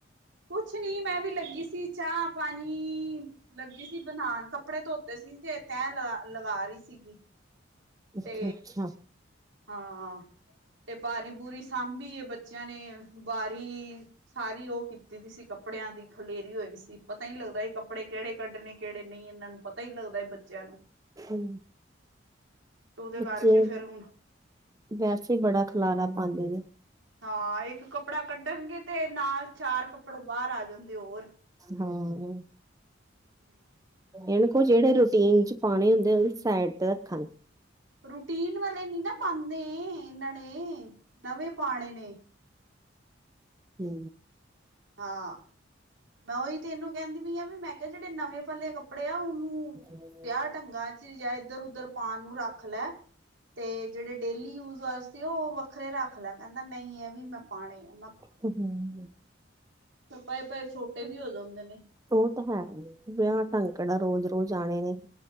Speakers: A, on the right; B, on the right.
A: ਕੁਛ ਨੀ ਮੈਂ ਵੀ ਲੱਗੀ ਸੀ ਚਾ, ਪਾਨੀ ਲੱਗੀ ਸੀ ਬਨਾਨ, ਕੱਪੜੇ ਧੋਤੇ ਸੀ ਕੇ ਤੈ ਲਗਾ-ਲਗਾ ਰੀ ਸੀਗੀ।
B: ਅੱਛਾ-ਅੱਛਾ,
A: ਤੇ ਹਾਂ ਤੇ ਬਾਰੀ-ਬੂਰੀ ਸਾਂਭੀਏ ਬੱਚਿਆਂ ਨੇ ਬਾਰੀ ਸਾਰੀ ਉਹ ਕੀਤੀ ਦੀ ਸੀ ਕੱਪੜਿਆਂ ਦੀ ਖਲੇਰੀ ਹੋਈ ਸੀ ਪਤਾ ਏ ਨੀ ਲੱਗਦਾ ਕੱਪੜੇ ਕਿਹੜੇ ਕੱਢਣੇ ਕਿਹੜੇ ਨਈ ਇਹਨਾਂ ਨੂੰ। ਪਤਾ ਈ ਨੀ ਲੱਗਦਾ ਏ ਬੱਚਿਆਂ ਨੂੰ।
B: ਹੂੰ
A: ਤੇ ਉਹਦੇ
B: ਬੱਚੇ,
A: ਕਰਕੇ ਫੇਰ ਹੁਣ
B: ਵੈਸੇ ਈ ਬੜਾ ਖਲਾਰਾ ਪਾਂਦੇ ਨੇ।
A: ਹਾਂ ਇੱਕ ਕੱਪੜਾ ਕੱਢਣਗੇ ਤੇ ਨਾਲ ਚਾਰ ਕੱਪੜੇ ਬਾਰ ਆ ਜਾਂਦੇ ਔਰ।
B: ਹਾਂ
A: ਹੂੰ
B: ਏਨੂੰ ਕੋ ਜਿਹੜੇ ਰੂਟੀਨ ਚ ਪਾਨੇ ਹੁੰਦੇ ਔਨੂੰ ਸਾਈਡ ਤੇ ਰੱਖਨ।
A: ਰੂਟੀਨ ਵਾਲੇ ਨੀ ਨਾ ਪਾਂਦੇ ਇਨ੍ਹਾਂ ਨੇ, ਨਵੇਂ ਪਾਣੇ ਨੇ।
B: ਹੂੰ
A: ਹਾਂ। ਮੈਂ ਉਈ ਤੇ ਇਨੂੰ ਕਹਿੰਦੀ ਪੀ ਆ ਵੀ ਮੈਂ ਕਆ ਜਿਹੜੇ ਨਵੇਂ ਪਾਲੇ ਕੱਪੜੇ ਆ ਉਹਨੂੰ
B: <inaudible>
A: ਵਿਆਹ ਢੰਗਾਂ ਚ ਯਾ ਏਧਰ ਉਧਰ ਪਾਨ ਨੂੰ ਰੱਖ ਲੈ। ਤੇ ਜੇੜੇ ਡੇਲੀ ਯੂਜ ਵਾਸਤੇ ਉਹ ਵੱਖਰੇ ਰੱਖ ਲੈ ਕਹਿੰਦਾ ਨਈ ਇਹ ਵੀ ਮੈਂ ਪਾਣੇ ਐ।
B: ਹ ਹੂੰ।
A: ਫੇ ਪਏ-ਪਏ ਛੋਟੇ ਵੀ ਹੋ ਜਾਂਦੇ ਨੇ।
B: ਉਹ ਤਾਂ ਹੈ ਈ ਵਿਆਹ ਢੰਗ ਕਿਹੜਾ ਰੋਜ਼-ਰੋਜ਼ ਆਨੇ ਨੇ।